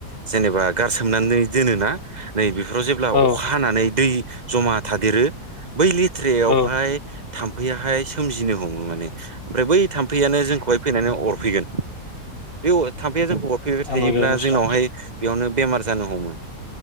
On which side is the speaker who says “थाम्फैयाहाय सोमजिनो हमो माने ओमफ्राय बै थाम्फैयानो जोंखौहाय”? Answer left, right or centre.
Right